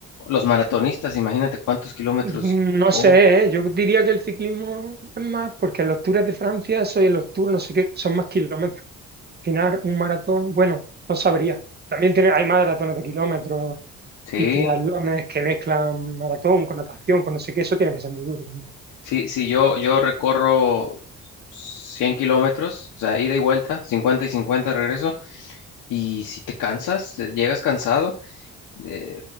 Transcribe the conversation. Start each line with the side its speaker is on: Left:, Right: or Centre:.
Left: los maratonistas, imagínate cuántos kilómetros
Right: Mm, No
Left: corren.
Right: sé, ¿eh? Yo diría que el ciclismo es más, porque en los Tours de Francia, eso en los Tours, no sé qué, son más kilómetros. Al final, un maratón, bueno, no sabría. También tiene, hay maratones de kilómetros
Left: Sí,
Right: y triatlones que mezclan maratón con natación, con no sé qué, eso tiene que ser muy duro también.
Left: sí, sí, yo, yo recorro 100 kilómetros, o sea, ida y vuelta, 50 y 50 regreso, y si te cansas, eh, llegas cansado, eh,